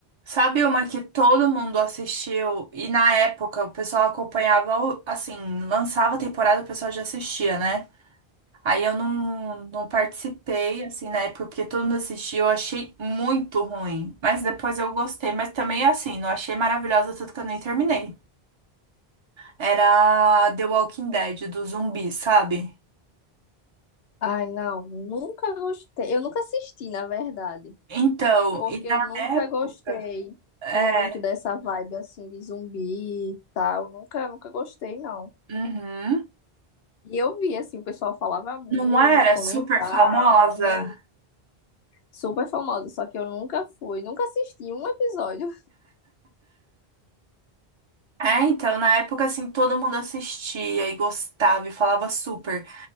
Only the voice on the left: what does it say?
Ai, não, nunca gostei. Eu nunca assisti, na verdade.
porque
eu
nunca
gostei
muito dessa vibe assim de zumbi e tal. Nunca, nunca gostei, não.
E eu vi, assim, o pessoal falava muito,
comentava,
e super famosa, só que eu nunca fui, nunca assisti um episódio.